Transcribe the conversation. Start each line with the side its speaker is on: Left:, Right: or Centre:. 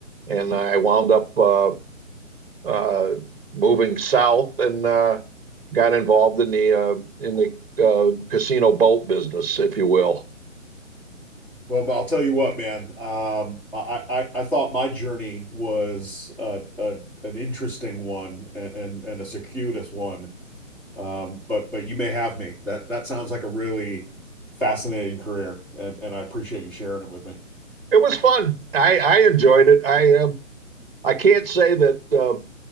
Right: and I wound up uh, uh, moving south and uh, got involved in the uh, in the uh, casino boat business, if you will.
Centre: Well, but I'll tell you what, man. Um, I, I I thought my journey was uh, uh, an interesting one and, and and a circuitous one. Um, but but you may have me. That that sounds like a really fascinating career, and and I appreciate you sharing it with me.
Right: It was fun. I, I enjoyed it. I um, I can't say that uh,